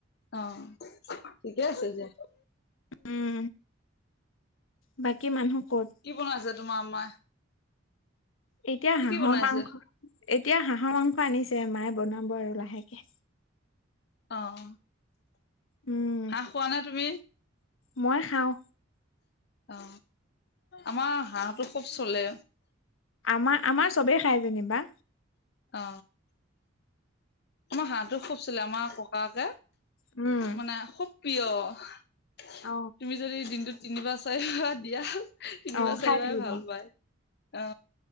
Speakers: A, on the left; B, on the left.
A: অ', ঠিকে আছে যে।
B: উম বাকী মানুহ ক'ত?
A: কি বনাইছে তোমাৰ মাই?
B: এতিয়া হাঁহৰ
A: বনাইছে
B: মাংস এতিয়া হাঁহৰ মাংস আনিছে মায়ে বনাব আৰু লাহেকে।
A: অ'।
B: উম।
A: হাঁহ খোৱা নে তুমি?
B: মই খাওঁ।
A: অ আমাৰ হাঁহটো খুব চলে
B: আমাৰ আমাৰ চবেই খাই যেনিবা
A: অ আমাৰ হাঁহটো খুবছিলে আমাৰ ককাকে
B: উম
A: মানে খুব প্ৰিয়
B: অ
A: তুমি যদি দিনটোত তিনিবাৰ চাৰিবাৰ দিয়া তিনিবাৰ
B: অ', খাই
A: চাৰিবাৰে
B: থাকিব
A: ভাল পায় অ